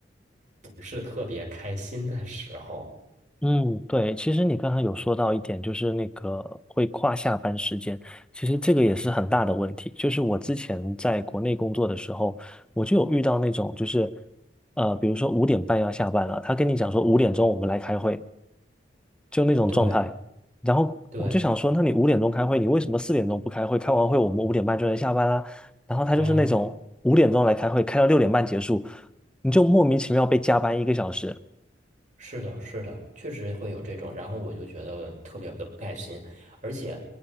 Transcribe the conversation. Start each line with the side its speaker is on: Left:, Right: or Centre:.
Right: 不是特别开心的时候。
Centre: 嗯，对，其实你刚才有说到一点，就是那个会跨下班时间，其实这个也是很大的问题。就是我之前在国内工作的时候，我就有遇到那种，就是呃，比如说五点半要下班了，他跟你讲说五点钟我们来开会，就那种状态。
Right: 对
Centre: 然后我就想说，
Right: 对
Centre: 那你五点钟开会，你为什么四点钟不开会？开完会我们五点半就能下班啦。然后他就是那种五点钟来开会，
Right: 对啊。
Centre: 开到六点半结束，你就莫名其妙被加班一个小时。
Right: 是的，是的，确实会有这种，然后我就觉得特别的不开心，而且，